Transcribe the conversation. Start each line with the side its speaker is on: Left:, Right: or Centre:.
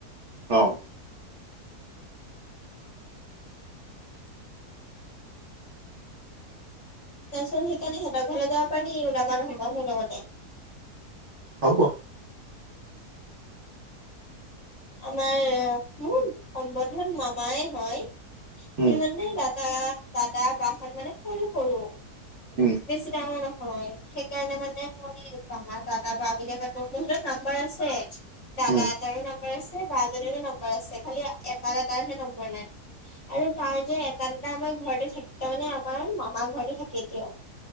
Right: অ।
Left: তাৰ পিছত সেইকাৰণে সিহতৰ ঘৰলৈ যাব পাৰি, ওলাবা নহলবা মোৰ লগতে।
Right: হব।
Left: আমাৰ মোৰ সম্বন্ধত মামায়ে হয়, কিন্তু
Right: উম
Left: মানে দাদ দা-দাদা বাহত মানে সৰু-সৰু।
Right: উম।
Left: বেছি ডাঙৰ নহয় সেইকাৰণে মানে মই দা-দাদা বা বুলিয়ে মাতো, মোৰ হাতত নাম্বাৰ আছে। দাদা
Right: উম
Left: এটাৰো নম্বৰ আছে বা এজনীৰো নম্বৰ আছে, খালি এট দাৰ এটাৰ হে নম্বৰ নাই। আৰু তাৰ যে এট তাত দাদা আমাৰ ঘৰতে থাকে তাৰমানে আমাৰ মামাৰ ঘৰতে থাকে এতিয়াও।